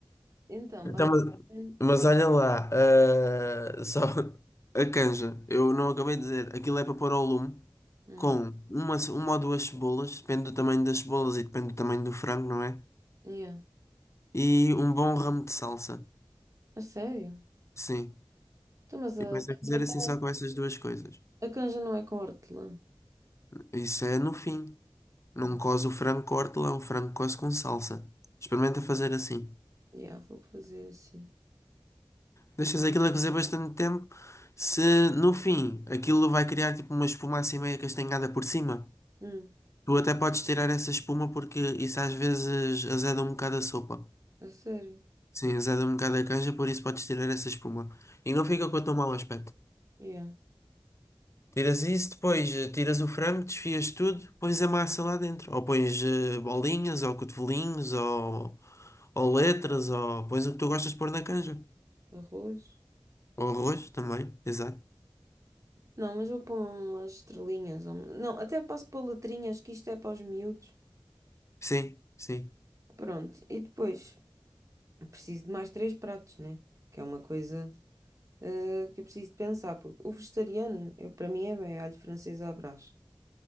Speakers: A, on the right; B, on the left.
A: então,
B: Então,
A: basicamente.
B: mas, mas olha lá, ah, só <laughs> a canja, eu não acabei de dizer, aquilo é para pôr ao lume
A: Hum,
B: com uma, uma ou duas cebolas, depende do tamanho das cebolas e depende do tamanho do frango, não é?
A: yeah.
B: E um bom ramo de salsa,
A: A sério?
B: sim.
A: Então, mas
B: E
A: a,
B: depois a cozer
A: é com-
B: assim só com essas duas coisas.
A: a canja não é com hortelã.
B: Isso é no fim. Não
A: Hum,
B: coze o frango com hortelã, o frango coze com salsa. Experimenta fazer assim.
A: yeah, vou fazer assim.
B: deixas aquilo a cozer bastante tempo, se no fim aquilo vai criar tipo uma espuma assim meio castanhada por cima,
A: Hum,
B: tu até podes tirar essa espuma porque isso às vezes azeda um bocado a sopa.
A: a sério?
B: Sim, azeda um bocado a canja, por isso podes tirar essa espuma. E não fica com tão mau aspecto.
A: Yeah.
B: Tiras isso, depois eh, tiras o frango, desfias tudo, pões a massa lá dentro. Ou pões eh, bolinhas, ou cotovelinhos, ou, ou letras, ou pões o que tu gostas de pôr na canja.
A: Arroz?
B: Ou arroz também, exato.
A: Não, mas vou pôr umas estrelinhas. ou- Não, até posso pôr letrinhas, que isto é para os miúdos.
B: Sim, sim.
A: Pronto, e depois preciso de mais três pratos, né? Que é uma coisa eh, que eu preciso de pensar, porque o vegetariano, eu, para mim, é bem alho francês à brás.